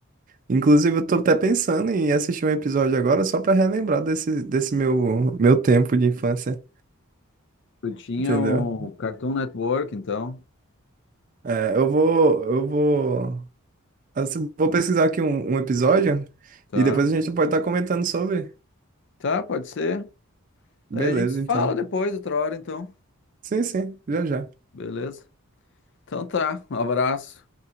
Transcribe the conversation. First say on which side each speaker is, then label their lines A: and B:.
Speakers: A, on the right (about 40°); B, on the left (about 55°).
A: Inclusive, eu tô até pensando em assistir um episódio agora só pra relembrar desse, desse meu, meu tempo de infância.
B: tu tinha
A: Entendeu?
B: o Cartoon Network, então,
A: É, eu vou, eu vou, assim, vou pesquisar aqui um, um episódio
B: tá?
A: e depois a gente pode estar comentando sobre.
B: Tá, pode ser. Daí
A: Beleza,
B: a gente se
A: então.
B: fala depois, outra hora, então.
A: Sim, sim, já já.
B: Beleza? Então tá, um abraço.